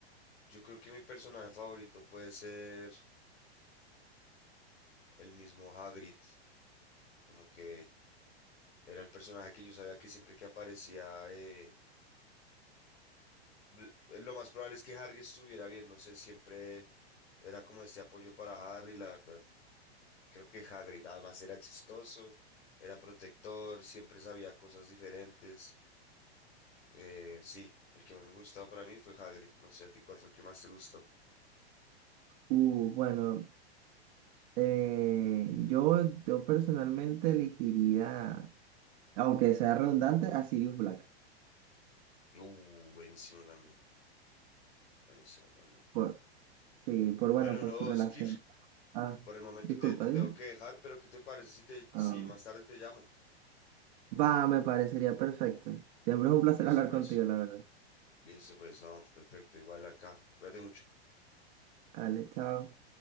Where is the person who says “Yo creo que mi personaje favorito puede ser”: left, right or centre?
Left